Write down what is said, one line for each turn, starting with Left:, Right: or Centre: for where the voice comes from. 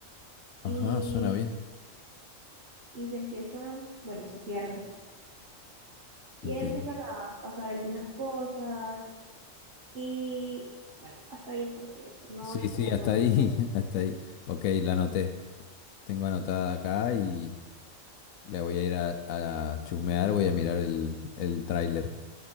Left: ajá,
Right: y,
Left: suena bien,
Right: y se empiezan, bueno, se pierden y
Left: entiendo.
Right: ahí empiezan a pasar algunas cosas y bueno, hasta ahí porque si no
Left: Sí,
Right: hay como
Left: sí, hasta
Right: todo el
Left: ahí,
Right: spoiler.
Left: <laughs> hasta ahí. Ok, la anoté. Tengo anotada acá y la voy a ir a, a chusmear, voy a mirar el, el tráiler.